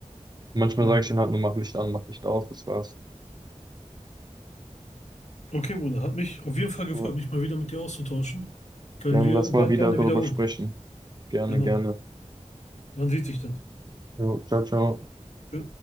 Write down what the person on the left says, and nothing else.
ja.
Okay, Bruder, hat mich auf jeden Fall gefreut,
mich mal wieder mit dir auszutauschen. Können
wir
bald
gerne
wiederholen.
Genau.
Man sieht sich dann.
Ja.